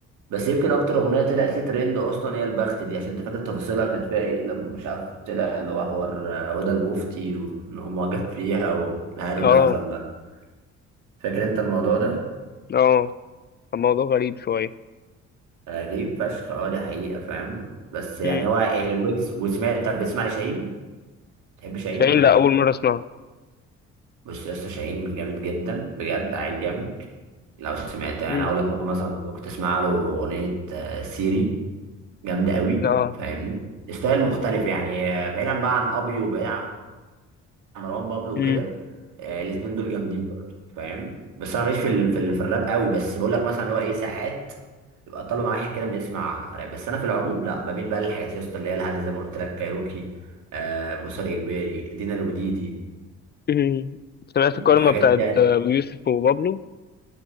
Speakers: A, on the right; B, on the left.
A: بس يمكن أكتر أغنية طلعت لي ترند أصلا هي البخت دي عشان أنت فاكر تفاصيلها كانت فيها إيه لما مش عارف طلع اللي هو حوار آه، هدى المفتي وإن هو معجب فيها والهري
B: اه
A: اللي حصل ده فاكر أنت الموضوع ده؟
B: اه كان موضوع غريب شوية
A: غريب فشخ أه دي حقيقة فاهم بس يعني
B: مم.
A: هو الويجز وسمعت طب بتسمع لشاهين؟ تحب شاهين
B: شاهين
A: ولا
B: لأ
A: لأ؟
B: أول مرة أسمعها
A: بص يا اسطى شاهين جامد جدا بجد عيل جامد لو سمعتها
B: مم.
A: انا اقول لك ممكن مثلا كنت اسمع له اغنيه آه، سيري جامده قوي
B: لا
A: فاهمني ستايل مختلف يعني آه، بعيدا بقى عن ابي وبعيدا عن مروان بابلو وكده
B: مم.
A: آه، الاتنين دول جامدين برضه فاهم بس انا ماليش في ال... في, ال... في الراب قوي بس بقول لك مثلا ان هو ايه ساعات يبقى طالب مع واحد كده بنسمع راب بس انا في العموم لا بميل بقى للحاجات يا اسطى اللي هي الهاديه زي ما قلت لك كايروكي آه مسار اجباري دينا الوديدي
B: مم. سمعت كارما
A: الحاجات
B: بتاعت
A: دي هتبقى
B: أبو يوسف وبابلو